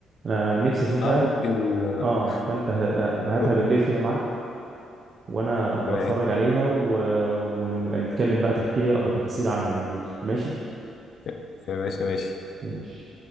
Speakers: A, on the right; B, on the left.
A: انا نفسي اشوفها
B: اه ممكن
A: اه
B: <laughs>
A: فانت ه- هاتها
B: آه،
A: بالليل كده معاك وانا بتفرج
B: تمام
A: عليها و... ونبقى نتكلم بقى تحكي لي بقى بتفاصيل عنها بالليل ماشي
B: يا يا باشا ماشي
A: ماشي